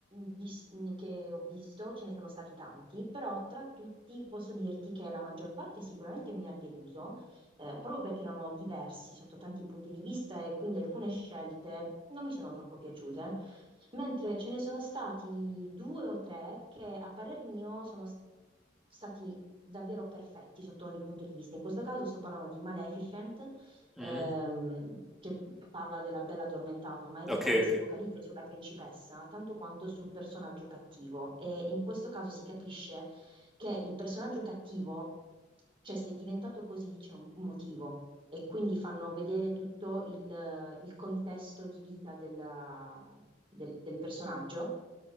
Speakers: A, on the right; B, in the centre.
A: vis- che ho visto, ce ne sono stati tanti, però tra tutti posso dirti che la maggior parte sicuramente mi ha deluso, eh, proprio perché erano diversi sotto tanti punti di vista e quindi alcune scelte non mi sono troppo piaciute, mentre ce ne sono stati due o tre che a parer mio sono s- stati davvero perfetti sotto ogni punto di vista. In questo caso sto parlando di Maleficent
B: Mm?
A: ehm, che parla della bella addormentata, ma in realtà
B: Ok,
A: non
B: ok.
A: si focalizza sulla principessa tanto quanto sul personaggio cattivo. E in questo caso si capisce che il personaggio cattivo, cioè se è diventato così c'è un un motivo. E quindi fanno vedere tutto il, il contesto di vita della- del del personaggio